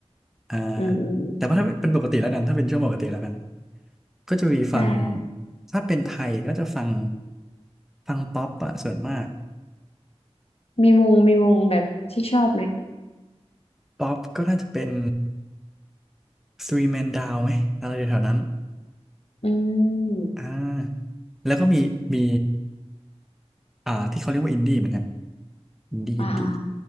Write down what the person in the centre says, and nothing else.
อ่า
แต่ว่าถ้าเป็นปกติแล้วกันถ้าเป็นช่วงปกติแล้วกัน ก็จะมีฟัง
ถ้าเป็นไทยก็จะฟังฟังป๊อปอะส่วนมาก
ป๊อปก็น่าจะเป็น Three Man Down ไหมอะไรแถวๆนั้น
อ่าแล้วก็มีมีอ่าที่เขาเรียกว่าอินดี้เหมือนกันอินดี้อินดี้